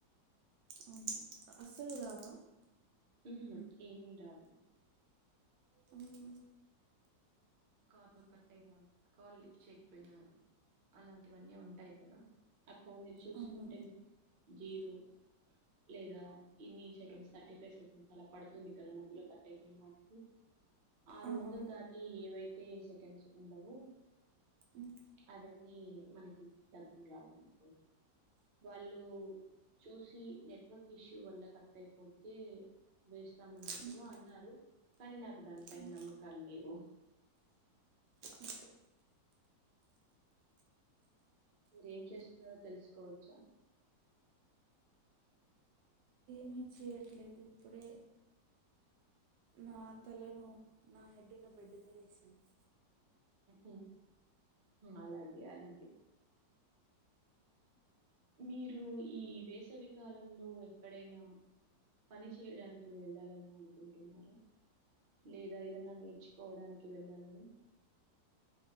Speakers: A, on the right; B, on the right.
A: అవును అసలురావా
B: ఉహు ఏమి రావు
A: ఉహు
B: కాల్ కట్ అయినా కాల్ లిఫ్ట్ చేయకపోయినా అలాంటివన్నీ ఉంటాయి కదా అక్కో మీరు చూసుకుంటే
A: అవునా
B: జీరో లేదా ఇన్ని సెకండ్స్ థర్టీ ఫైవ్ సెకండ్స్ అలా పడుతుంది కదా మధ్యలో కట్ అయిపోయిన వాటికి ఆరు
A: ఆ,
B: వందలు
A: ఆ.
B: దాటి ఏవైతే సెకండ్స్ ఉండవు
A: ఉమ్,
B: అదన్నీ మనకి డబ్బులు రావాల అనుకో వాళ్ళు చూసి నెట్వర్క్ ఇష్యూ వల్ల కట్ అయిపోతే వేస్తామ అన్నట్టుగా
A: ఉమ్,
B: అన్నారు కానీ నాకు దానిపైన
A: ఉమ్,
B: నమ్మకాలు లేవు
A: ఉమ్.
B: మీరేం చేస్తున్నారో తెలుసుకోవచ్చా
A: ఏం చేయట్లేదు ఇప్పుడే నా తలను నా హెడ్డును బెడ్డు మీద వేశాను
B: ఉహూ అలాగే అలాగే మీరు ఈ వేసవికాలంలో ఎక్కడైనా పని చేయడానికి వెళ్ళాలని అనుకుంటున్నారా లేదా ఏదన్నా నేర్చుకోవడానికి వెళ్ళాలని